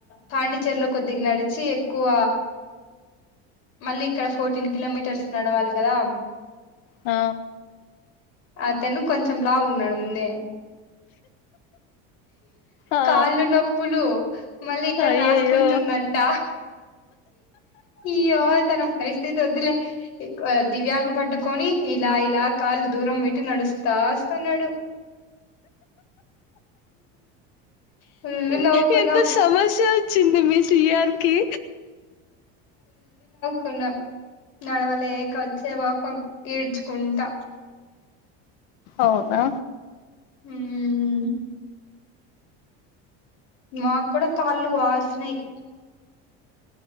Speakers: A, on the left; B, on the left.
A: పాండిచేర్లో కొద్దిగా నడిచి ఎక్కువ మళ్ళీ ఇక్కడ ఫోర్టీన్ కిలోమీటర్స్ నడవాలి కదా
B: ఆ
A: అతను కొంచం లావు ఉన్నాడు ముందే
B: ఆ
A: కాళ్ళు నొప్పులు మళ్ళీ ఇక్కడ
B: అయ్యయ్యో
A: రాసుకుంటుందంట ఇయ్యో తన పరిస్థితి వద్దులే దివ్యని పట్టుకోని ఇలా ఇలా కాళ్ళు దూరం పెట్టి నడుస్తా వస్తన్నాడు ఫుల్
B: ఓయ్
A: నవ్వుకున్నాం
B: ఎంత సమస్య చింది మే సియార్ కి
A: తునాం నడవలేక వచ్చే వపం ఏడ్చుకుంటా
B: అవునా
A: హ్మ్ మాకు కూడా కాళ్ళు వాసినాయ్